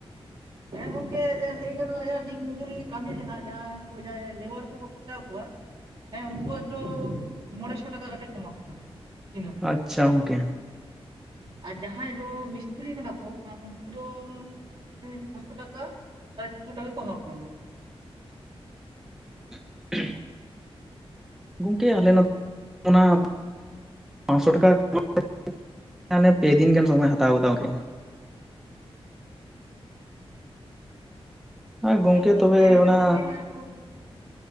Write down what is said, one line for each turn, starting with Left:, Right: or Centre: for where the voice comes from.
Right: ᱦᱮᱸ ᱜᱚᱝᱠᱮ ᱞᱟᱹᱭ ᱜᱟᱱᱚᱜᱼᱟ ᱫᱤᱱ ᱢᱡᱩᱨᱤ ᱠᱟᱹᱢᱤ ᱨᱮᱱᱟᱜ ᱡᱟᱦᱟᱸᱭ ᱡᱟᱦᱟᱸ ᱞᱮᱵᱟᱨ ᱠᱚᱠᱚ ᱠᱷᱴᱟᱣ ᱠᱚᱣᱟ, ᱦᱮᱸ ᱩᱱᱠᱩᱣᱟᱜ ᱫᱚ ᱢᱚᱬᱮᱥᱚ ᱴᱟᱠᱟ ᱠᱟᱛᱮᱫ ᱠᱚᱢᱟ ᱠᱚ ᱠᱟᱱᱟ ᱫᱤᱱᱟᱹᱢ᱾
Centre: ᱟᱪᱪᱷᱟ ᱜᱳᱝᱠᱮ,
Right: ᱟᱨ ᱡᱟᱦᱟᱸᱭ ᱫᱚ ᱢᱤᱥᱛᱨᱤ ᱠᱟᱱᱟ ᱠᱚ ᱩᱱᱠᱩ ᱫᱚ ᱦᱩᱸ ᱪᱷᱚᱥᱚ ᱴᱟᱠᱟ ᱥᱟᱲᱮ ᱪᱷᱚᱥᱚ ᱴᱠᱠᱟ ᱠᱚ ᱮᱢᱟᱠᱚ ᱠᱟᱱᱟ᱾
Centre: <unintelligible> ᱜᱚᱢᱠᱮ ᱟᱞᱮ ᱱᱚᱛᱮ ᱚᱱᱟ ᱯᱟᱸᱥᱥᱳ ᱴᱟᱠᱟ <unintelligible> ᱦᱟᱸᱱᱮ ᱯᱮ ᱫᱤᱱ ᱜᱟᱱ ᱥᱚᱢᱚᱭ ᱦᱟᱛᱟᱣ ᱠᱟᱫᱟ ᱜᱚᱢᱠᱮ᱾ ᱟᱨ ᱜᱚᱝᱠᱮ
Right: <unintelligible>
Centre: ᱛᱚᱵᱮ
Right: ᱦᱮᱡ ᱞᱮᱠᱷᱟᱱ
Centre: ᱚᱱᱟ
Right: ᱜᱮ ᱟᱨᱚ <unintelligible>